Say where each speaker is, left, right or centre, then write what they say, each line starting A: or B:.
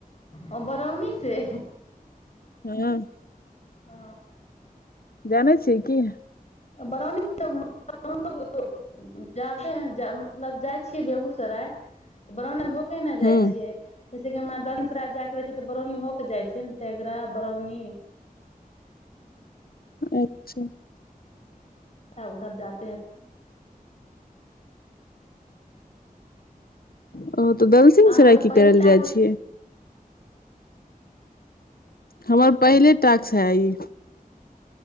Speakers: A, on the left (about 45°); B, on the left (about 75°).
A: ओ बड़उनी से
B: हँ
A: ह
B: जानय छी की
A: बरौनी त लोग जाते हैं मतलब जाइ छियै बेगूसराय बरौनी होके केने जाइ
B: हूँ
A: छियै जैसेकि हमरा दनसरा जायके रहै छै तऽ बरौनी होकेऽ जाइ छिय ने तेघड़रा बरौनी
B: अच्छा
A: उधर जाे है
B: हं ओ तऽ दलसिंह
A: अहाँके
B: सराय की
A: पहिल
B: कर ल
A: टास्क
B: जाइ छियै हमर पहिले टास्क है ई